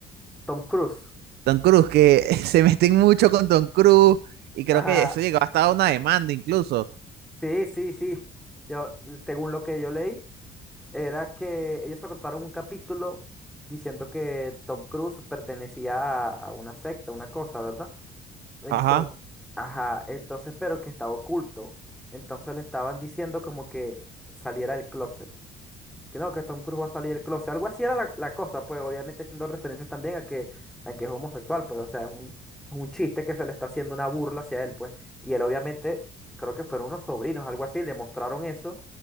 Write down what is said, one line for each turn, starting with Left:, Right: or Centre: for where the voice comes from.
Centre: Tom Cruise.
Right: Tom Cruise, que <laughs> se meten mucho con Tom Cruise y creo
Centre: Ajá.
Right: que eso llegó hasta a una demanda incluso.
Centre: Sí, sí, sí. Yo, según lo que yo leí, era que ellos contaron un capítulo diciendo que Tom Cruise pertenecía a, a una secta, una cosa, ¿verdad? Entonces,
Right: Ajá.
Centre: ajá, entonces, pero que estaba oculto. Entonces le estaban diciendo como que saliera del closet. que no, que Tom Cruise va a salir del closet. Algo así era la, la cosa, pues obviamente haciendo referencias también a que, a que es homosexual, pues o sea, es un, es un chiste que se le está haciendo una burla hacia él, pues. Y él obviamente, creo que fueron unos sobrinos, algo así, le mostraron eso